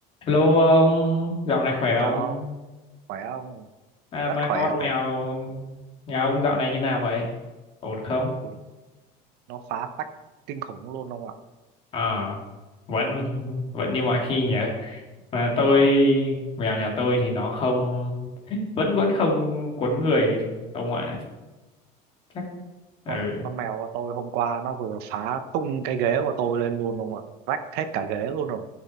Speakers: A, on the left (about 30°); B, on the right (about 60°).
A: Hello ông, dạo này khỏe không?
B: Chào ông, khỏe không?
A: À
B: Rất
A: mà
B: khỏe
A: con
B: luôn.
A: mèo nhà ông dạo này như nào vậy? Ổn không?
B: Ui, nó phá phách kinh khủng luôn ông ạ.
A: À, vẫn <laughs> vẫn như mọi khi nhỉ. Mà tôi
B: Ờ,
A: mèo nhà tôi thì nó không vẫn vẫn không quấn người ông ạ. Chắc ừ.
B: con, con mèo của tôi hôm qua nó vừa phá tung cái ghế của tôi lên luôn ông ạ. Rách hết cả ghế luôn rồi.